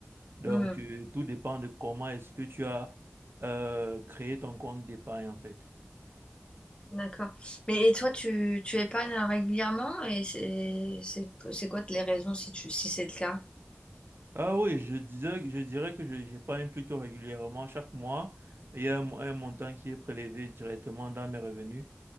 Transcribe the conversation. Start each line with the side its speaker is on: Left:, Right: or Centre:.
Right: Donc,
Left: Hmm.
Right: euh, tout dépend de comment est-ce que tu as euh, créé ton compte d'épargne en fait.
Left: D'accord. Mais et toi, tu, tu épargnes régulièrement et c'est c'est- c'est quoi les raisons si tu si c'est le cas?
Right: Ah oui, je disais, je dirais que je- j'épargne plutôt régulièrement chaque mois. Il y a un, un montant qui est prélevé directement dans mes revenus.